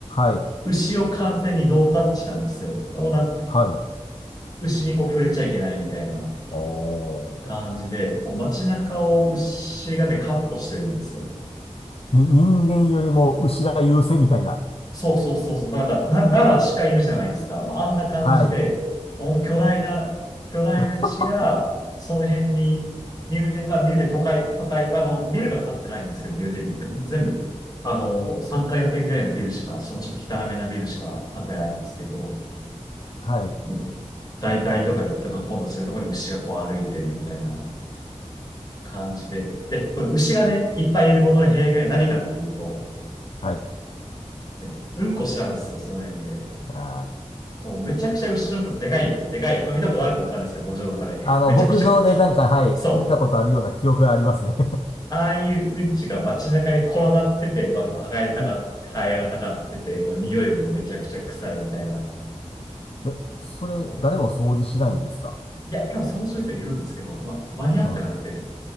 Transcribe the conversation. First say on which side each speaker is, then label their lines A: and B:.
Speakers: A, on the left (about 55°); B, on the left (about 35°).
A: い。はい。
B: 牛を完全にノータッチなんですよ。もうなんか
A: はい。
B: 牛にこう触れちゃいけないみたいな。
A: お
B: 感じで、
A: ー。
B: こう街中を牛がね、カットしてるんですよ。
A: に、人間よりも牛が優勢みたいな。
B: そうそうそうそう。なんか、な、奈良鹿いるじゃないですか。まあ、あんな感じで、
A: はい。
B: 本当巨大な、巨大な牛が、
A: <laughs>
B: その辺に、ニューデリ、まあ、ニューデリ都会、都会、あの、ビルとか建ってないんですけど、ニューデリって全部、あの、3階建てぐらいのビルしか、そのちょっと汚めなビルしか建ってないんですけど、
A: はい。
B: もう、大、大都会で人が混雑するところに牛がこう歩いてるみたいな。感じで。で、この牛がね、いっぱいいることの弊害は何かっていうと、
A: はい。
B: ねうんこしちゃうんですよ、その辺で。
A: あー、
B: もうめちゃくちゃ牛のうんこでかい、でかい。まあ見たことあるかわかんないですけど、牧場とかで。
A: あの、
B: めちゃくちゃ、
A: 牧場でなんか、はい、
B: そう。
A: 見たことあるような記憶がありますね
B: ああいううんちが街中に転がってて、まあ、そこ、はがれたか、
A: <laughs> お、
B: ハエがたかってて、こう匂いもめちゃくちゃ臭いみたいな。
A: え、それ、
B: これい
A: 誰も掃除しないんですか
B: や、多分そういう人いるんですけど、まあ、間に合ってなくて。
A: うん。